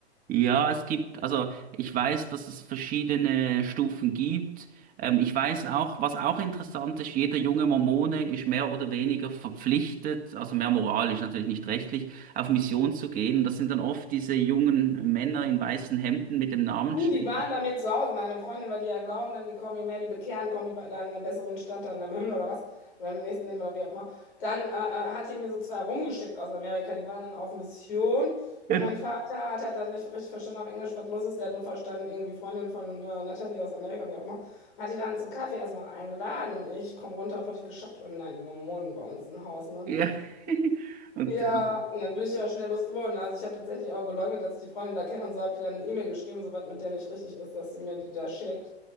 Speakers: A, on the right (about 25°); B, on the left (about 55°).
A: Ja, es gibt, also ich weiß, dass es verschiedene Stufen gibt. Ähm, ich weiß auch, was auch interessant ist, jeder junge Mormone ist mehr oder weniger verpflichtet, also mehr moralisch, natürlich nicht rechtlich, auf Mission zu gehen. Das sind dann oft diese jungen Männer in weißen Hemden mit dem Namensschild.
B: Du, die waren bei mir zu Hause, meine Freundin, weil die ja glauben, dann die kommen, je mehr die bekehren, kommen die bei- dann in einen besseren Stand dann am Himmel oder was, oder im nächsten Leben oder wie auch immer. Dann äh, äh, hat die mir so zwei rumgeschickt aus Amerika, die waren dann auf Mission.
A: <laughs>
B: Und mein Vater hat halt das nicht richtig verstanden auf Englisch, was los ist. Der hat nur verstanden, irgendwie Freundin von äh, Natalie aus Amerika, wie auch immer. Hat die dann zum Kaffee erstmal eingeladen und ich komme runter, völlig geschockt. Und nein, die Mormonen bei uns im Haus, ne?
A: Ja. <laughs> Und
B: Ja,
A: äh,
B: und dann bin ich die auch schnell losgeworden. Also ich habe tatsächlich auch geleugnet, dass ich die Freundin da kenne und so, habe die dann eine E-Mail geschrieben, so was mit der nicht richtig ist, dass sie mir die da schickt.